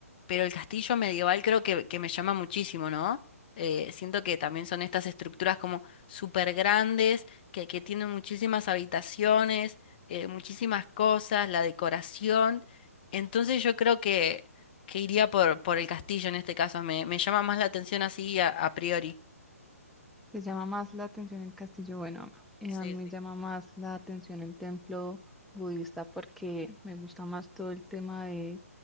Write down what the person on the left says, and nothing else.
pero el castillo medieval creo que, que me llama muchísimo, ¿no? Eh, siento que también son estas estructuras como súper grandes, que, que tienen muchísimas habitaciones, eh, muchísimas cosas, la decoración. Entonces yo creo que, que iría por, por el castillo en este caso, me, me llama más la atención así a a priori.
Sí,
sí.